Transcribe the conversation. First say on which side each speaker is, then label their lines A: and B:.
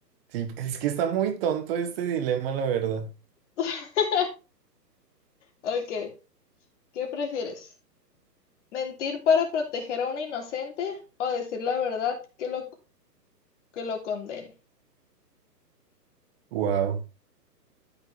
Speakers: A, on the right (about 35°); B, on the left (about 45°).
A: Sí, es que está muy tonto este dilema, la verdad.
B: <laughs> Ok. ¿Qué prefieres, mentir para proteger a un inocente o decir la verdad que lo, que lo condene?
A: Wow.